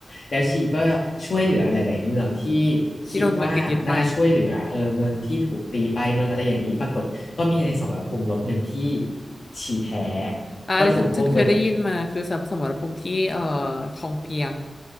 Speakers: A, on the left (about 65°); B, on the left (about 45°).
A: แล้วชีก็ช่วยเหลือหลายๆเมืองที่
B: ที่โดนอังกฤษยึดไป
A: คิดว่าน่าช่วยเหลือเออเมืองที่ถูกตีไปเมืองอะไรอย่างนี้ปรากฏก็มีในสมรภูมิรบหนึ่งที่ชีแพ้
B: อ่าอันนี้ฉันฉันเคยได้ยินมาคือสมรสมรภูมิที่เอ่อ
A: ก็ถูกพวกเบอร์
B: คลองเปียง